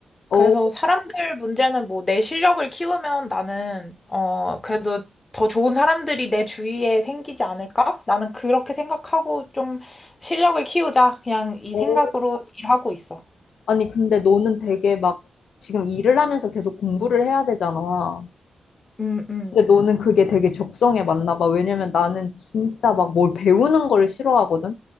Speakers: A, on the left (about 85°); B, on the left (about 30°).
A: 어,
B: 그래서 사람들 문제는 뭐 내 실력을 키우면 나는 어 그래도 더 좋은 사람들이 내 주위에 생기지 않을까? 나는 그렇게 생각하고 좀 실력을 키우자. 그냥 이
A: 어,
B: 생각으로 일하고 있어.
A: 아니, 근데 너는 되게 막 지금 일을 하면서 계속 공부를 해야 되잖아.
B: 음, 음.
A: 근데 너는 그게 되게 적성에 맞나 봐. 왜냐면 나는 진짜 막 뭘 배우는 걸 싫어하거든.